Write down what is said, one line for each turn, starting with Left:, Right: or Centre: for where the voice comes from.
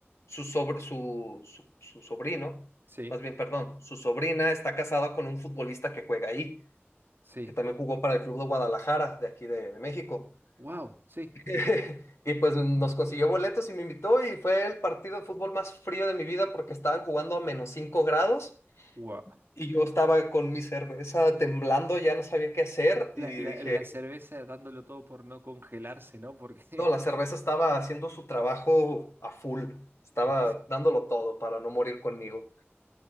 Left: su, sobr- su, su, su sobrino,
Right: sí,
Left: más bien, perdón, su sobrina está casada con un futbolista que juega ahí,
Right: sí.
Left: que también jugó para el Club de Guadalajara, de aquí de de México.
Right: Wow, sí.
Left: <laughs> Y pues nos consiguió boletos y me invitó y fue el partido de fútbol más frío de mi vida porque estaban jugando a menos 5 grados
Right: Wow.
Left: y yo estaba con mi cerveza temblando, ya no sabía qué hacer
Right: La,
Left: y dije,
Right: la- la cerveza dándolo todo por no congelarse, ¿no? Porque,
Left: no, la cerveza estaba haciendo su trabajo a full,
Right: <laughs>
Left: estaba
Right: por-
Left: dándolo todo para no morir conmigo.